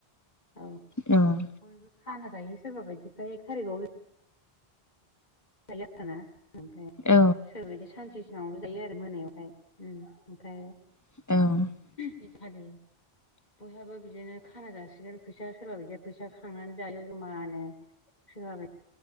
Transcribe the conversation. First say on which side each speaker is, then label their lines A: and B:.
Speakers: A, on the left; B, on the left.
A: औ
B: औ
A: बयबो खाना जायो सोरबा बायदिफ्रा एक थारिगावबो फाखाना ओमफ्राय
B: औ
A: सोरबायदि सानसे सिगाङावबो जायो आरो मोनायावहाय ओमफ्राय
B: औ
A: हिखालि बयहाबो बिदिनो खाना जासिगोन फैसा सोरबा बायदिया फैसा खांनानै जायो जमानो सोरबा बाय